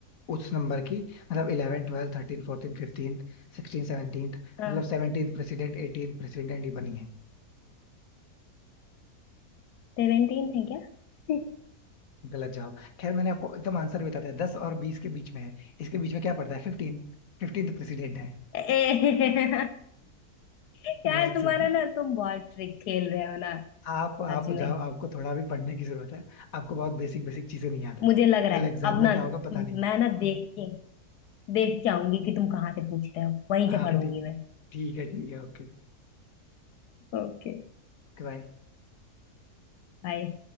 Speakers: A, on the left (about 60°); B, on the left (about 85°).
A: उस नंबर की मतलब eleven twelfth thirteen fourteen fifteen sixteen seventeen
B: हाँ
A: मतलब सेवनटीन प्रेसिडेंट एटीन प्रेसिडेंट ये बनी है
B: सेवेंटीन है क्या <laughs>
A: गलत जवाब खैर मैंने आपको एकदम आंसर बता दिया दस और बीस के बीच में है इसके बीच में क्या पड़ता है फिफ्टीन फिफ्टीन तो प्रेसिडेंट है
B: ए, <laughs>
A: बहुत
B: यार तुम्हारा
A: सिंपल
B: ना तुम बहुत ट्रिक खेल रहे हो ना
A: आप आप
B: सच में
A: जाओ आपको थोड़ा भी पढ़ने की जरूरत है आपको बहुत बेसिक बेसिक चीजें नहीं याद है
B: मुझे लग रहा
A: कल
B: है
A: एग्जाम
B: अब
A: में
B: ना
A: क्या होगा पता नहीं
B: मैं ना देख के देख के आऊंगी कि तुम कहाँ से पूछ रहे हो वहीं
A: हाँ
B: से पढ़ूंगी
A: ठीक
B: मैं
A: ठीक है ठीक है ओके
B: ओके
A: बाय
B: बाय